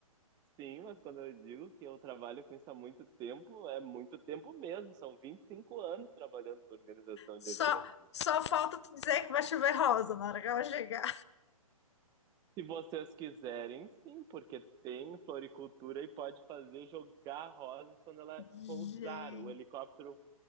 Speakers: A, on the right; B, on the left.
A: Sim, mas quando eu digo que eu trabalho com isso há muito tempo, é muito tempo mesmo. São 25 anos trabalhando com organização
B: Só,
A: de eventos.
B: só falta tu dizer que vai chover rosa na hora que ela chegar.
A: Se vocês quiserem, sim, porque tem floricultura e pode fazer jogar rosas quando ela
B: Gente,
A: pousar. O helicóptero